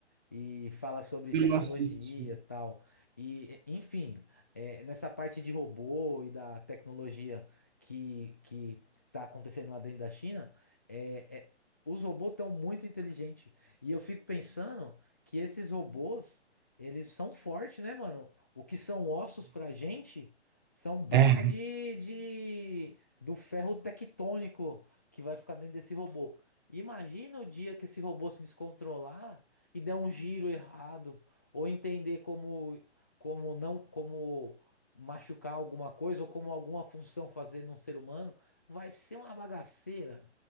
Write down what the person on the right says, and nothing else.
Eu
não assisti.
É.